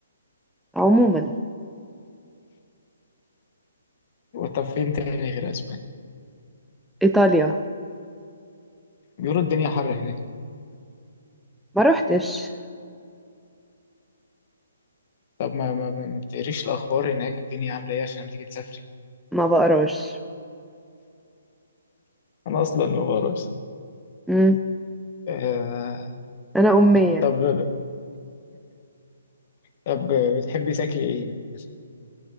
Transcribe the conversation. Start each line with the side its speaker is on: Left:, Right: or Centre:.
Centre: عموما
Left: طب فين تاني غير أسبانيا؟
Centre: ايطاليا
Left: بيقولوا الدنيا حر هناك
Centre: ما روحتش
Left: طب ما ما ما بتقريش الأخبار هناك الدنيا عاملة إيه عشان تيجي تسافري
Centre: ما بقراش
Left: أنا أصلا ما بعرفش
Centre: مم.
Left: آه
Centre: انا امية
Left: طب طب بتحبي تاكلي إيه مثلا